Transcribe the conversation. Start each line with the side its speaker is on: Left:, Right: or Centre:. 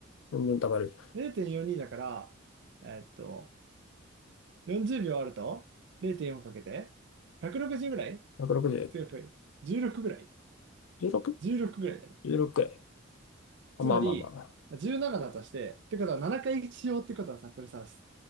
Left: どんどん溜まる。
Right: 0.42だから、えーっと、40秒あると0.4かけて、160ぐらい
Left: 160。
Right: 強く、16ぐらい
Left: 16?16。
Right: ?16 ぐらいだね。
Left: じゅうろくくらいまあまあまあ。
Right: つまり、17だとして、ってことは7回しようってことはさ、これさ、